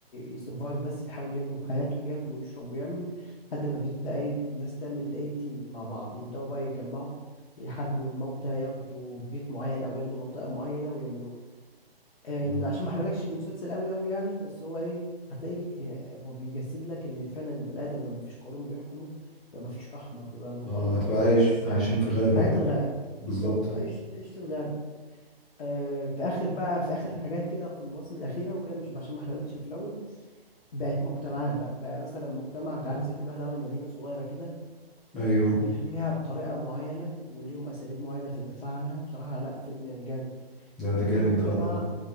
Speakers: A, on the left (about 65°); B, in the centre.
A: يسرفايف بس بيحاول ينجو بحياته وياكل ويشرب ويعمل لحد ما بيبدأ ايه الناس تعمل ايه تيم مع بعض يبدأوا بقى يتجمعوا يحاربوا الموتى ياخدوا بيت معين او ياخدوا منطقة معينة ويعملوها آم،
B: مم.
A: عشان ما احرقلكش المسلسل قوي قوي يعني بس هو ايه هتلاقي آه، هو بيجسد لك ان فعلا البني ادم لما مفيش قانون بيحكمه بيبقى مفيش رحمة بيبقى البقاء
B: اه
A: الاقوى
B: تبقى عايش
A: بس
B: عايشين في غابة
A: حياة الغاب
B: بالظبط
A: بالظبط عيش عيش الغاب آه في اخر بقى في اخر الحاجات كده في المواسم الاخيره وكده مش عشان ما احرقلكش اللي في الاول بقت مجتمعات بقى, بقى مثلا مجتمع عارف زي كل واحد عمل مدينة صغيرة كده
B: ايوه
A: وبيحميها بطريقة معينة وليهم أساليب معينة في الدفاع عنها بصراحة لا فيلم جامد
B: لا ده
A: وكل
B: جامد
A: مجتمع
B: ده والله